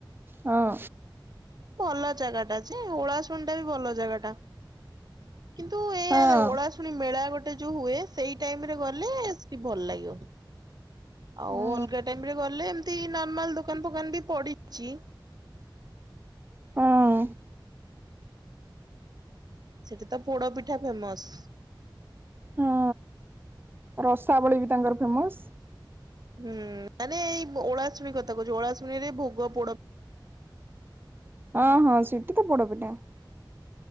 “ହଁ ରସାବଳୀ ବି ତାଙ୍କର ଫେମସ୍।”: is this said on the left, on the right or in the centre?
Right